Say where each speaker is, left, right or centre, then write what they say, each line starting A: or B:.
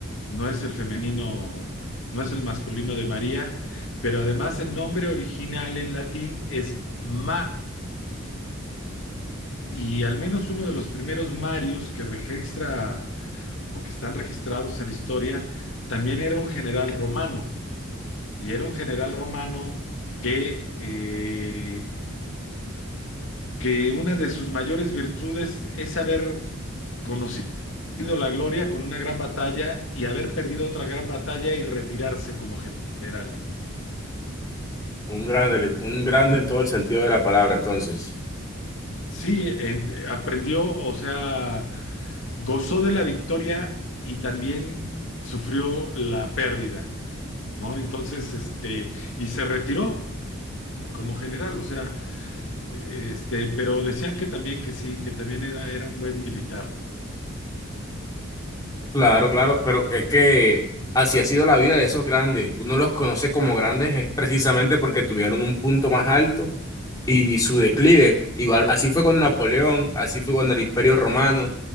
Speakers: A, on the left; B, on the left.
A: No es el femenino, no es el masculino de María, pero además el nombre original en latín es Marius, y al menos uno de los primeros Marius que registra o que están registrados en la historia también era un general romano, y era un general romano que, eh, que una de sus mayores virtudes es haber conocido la gloria con una gran batalla y haber perdido otra gran batalla y retirarse como general.
B: un grande, un grande en todo el sentido de la palabra, entonces.
A: Sí, en- aprendió, o sea, gozó de la victoria y también sufrió la pérdida, ¿no? Entonces, este, y se retiró como general, o sea, e, este, pero decían que también que sí, que también era, era un buen militar,
B: Claro, claro, pero es que así ha sido la vida de esos grandes. Uno los conoce como grandes es precisamente porque tuvieron un punto más alto y su declive. Igual, así fue con Napoleón, así fue con el Imperio Romano,